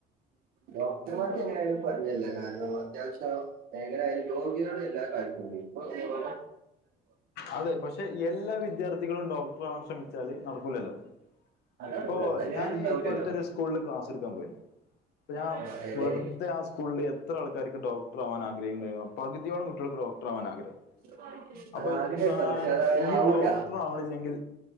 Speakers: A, on the right; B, on the left.
A: ഡോക്ടർമാർക് എങ്ങനെയാലും പറഞ്ഞല്ല കാരണം അത്യാവശ്യം എങ്ങനെ അയ്ന് രോഗികള് ഇല്ലാണ്ടായിപോയി പ്പൊ രോഗ
B: അതെ പക്ഷെ എല്ലാ വിദ്യാർത്ഥികളും ഡോക്ടറാവാൻ ശ്രമിച്ചാല് നടക്കൂലല്ലോ.
A: അതറിയില്ല
B: ഇപ്പൊ
A: അതെങ്ങനെയാലും
B: ഞാനീ
A: ഉണ്ടാവില്ലല്ലോ
B: ഇപ്പടുത്തൊരു സ്കൂളില് ക്ലാസ് എടുക്കാൻ പോയിരുന്നു ഇപ്പാ ഞാ
A: ആ, എവിടെയാണ്
B: വെറുതെ ആ സ്കൂളിൽ എത്ര ആൾക്കാർക്ക് ഡോക്ടർ ആവാൻ ആഗ്രഹിക്കണ്ടായിരുന്നു പകുതിയളംകു ഒരു ഡോക്ടർ ആവാൻ ആഗ്രഹം
A: <unintelligible>
B: അപ്പൊ താൻ
A: അത് അവന്
B: ഈ
A: ആവൂല
B: ഡോക്ടർ ആവണില്ലെങ്കിൽ